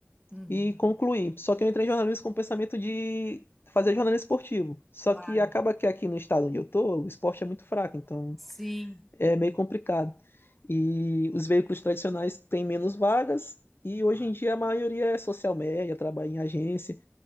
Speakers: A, in the centre; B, on the left.
A: Uhum.
B: e concluí. Só que eu entrei em jornalismo com o pensamento de fazer jornalismo esportivo. Só
A: Claro.
B: que acaba que aqui no estado onde eu tô, o esporte é muito fraco, então
A: Sim,
B: é meio complicado. E os veículos tradicionais têm menos vagas, e
A: claro.
B: hoje em dia a maioria é social media, trabalha em agência,